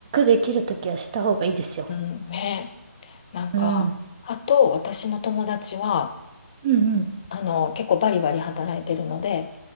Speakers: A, on the right (about 25°); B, on the left (about 25°).
A: できるときはした方がいいですよ。
B: うん、ね。なんか、
A: うん。
B: あと、私の友達は、
A: うんうん。
B: あの、結構バリバリ働いてるので、